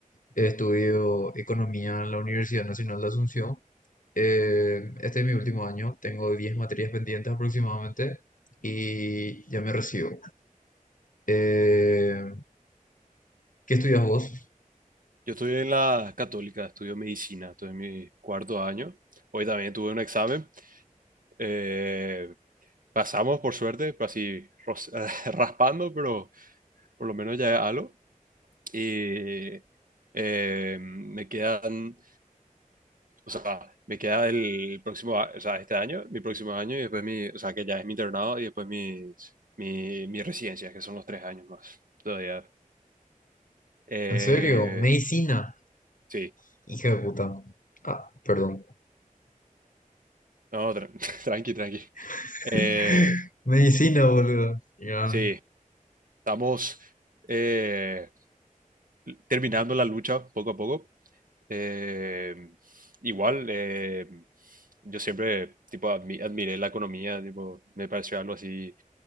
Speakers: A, on the left; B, on the right.
A: Estudio economía en la Universidad Nacional de Asunción. Eh, este es mi último año, tengo 10 materias pendientes aproximadamente y ya me recibo. Eh, ¿qué estudias vos?
B: Yo estoy en la Católica, estudio medicina, estoy en mi cuarto año. Hoy también tuve un examen. Eh, pasamos, por suerte, pero así ros- <laughs> raspando, pero por lo menos ya es algo. Y eh, me quedan O sea, me queda el próximo, a- o sea, este año, mi próximo año y después mi, o sea, que ya es mi internado y después mis, mi, mi residencia, que son los tres años más todavía. Eh,
A: ¿En serio? Medicina,
B: sí,
A: hija de puta. Ah, perdón.
B: no, tra- <laughs> tranqui, tranqui.
A: <laughs>
B: Eh,
A: Medicina, boludo. Ya,
B: sí, estamos eh, terminando la lucha poco a poco. Eh, igual, eh, yo siempre tipo, admi- admiré la economía, tipo, me pareció algo así